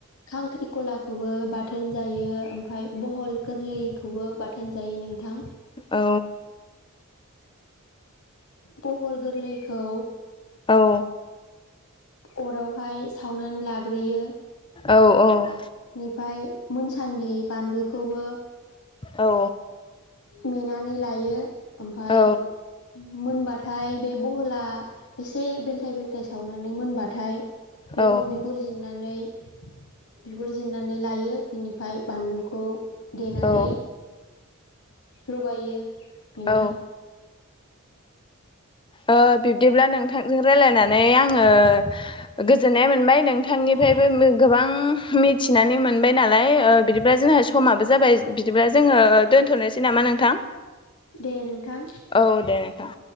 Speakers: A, on the left; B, on the left.
A: खांख्रिखला खौबो बाथोन जायो। ओमफ्राय ब हल गोरलैखौबो बाथोन जायो। नों थां।
B: औ
A: बहल गोरलैखौ
B: औ
A: अरावहाय सावनानै लाग्रोयो।
B: औ औ
A: इनिफ्राय मोनसान्दि बानलुखौबो
B: औ
A: मेनानै लायो। ओमफाय
B: औ
A: मोनबाथाय बे बहला एसे बेलथाय बेलथाय सावनानै मोनबा थाय
B: औ
A: बेखौ बिगुर जिरना जिरनानै बिगुर जिरनानै लायो बिनिफाय बानलुखौ देनानै
B: औ
A: लगायो। नोंथां।
B: औ ओ बिब्दिब्ला नोंथांजों रायलायनानै आङो गोजोननाय मोनबाय। नोंथांनिफ्रायबो गोबां मिथिनानै मोनबाय नालाय ओ बिदिब्ला समाबो जाबाय बिदिबा जोङो दोनथ'नोसै नामा नोंथां?
A: दे नोंथां
B: औ देे नोंथां।